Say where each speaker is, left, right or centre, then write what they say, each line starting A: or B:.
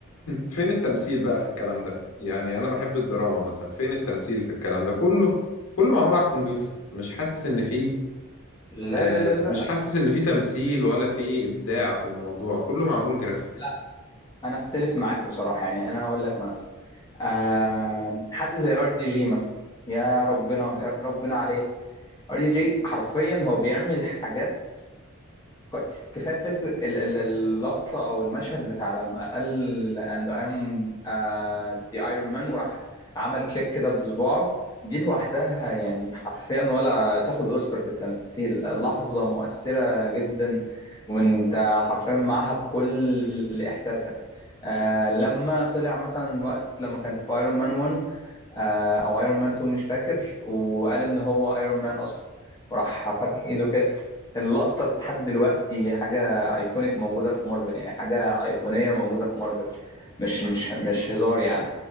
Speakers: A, on the left; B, on the left.
A: فين التمثيل بقى في الكلام ده يعني انا بحب الدراما مثلا فين التمثيل في الكلام ده كله كله معمول على الكمبيوتر مش حاسس ان فيه
B: لا
A: آه
B: لا لا لا
A: مش
B: لا
A: حاسس ان فيه تمثيل ولا فيه ابداع في الموضوع كله معمول جرافيك
B: لا انا اختلف معاك بصراحه يعني انا هقول لك مثلا آه حد زي ار دي جي مثلا يا ربنا يا ربنا عليه ار دي جي حرفيا هو بيعمل حاجات كوي- كفايه فكر ال- ال- اللقطه او المشهد بتاع لما قال and I'm uh, the Iron Man وراح عمل كليك كده بصباعه دي لوحدها يعني حرفيا ولا تاخد اوسكار في التمثيل لحظه مؤثره جدا وانت حرفيا معاها بكل احساسك آه لما طلع مثلا وقت لما كان في ايرون مان 1 آه او ايرون مان 2 مش فاكر وقال ان هو ايرون مان اصلا وراح فاتح ايده كده اللقطة لحد دلوقتي حاجة ايكونيك موجودة في مارفل يعني حاجة ايقونية موجودة في مارفل مش مش مش هزار يعني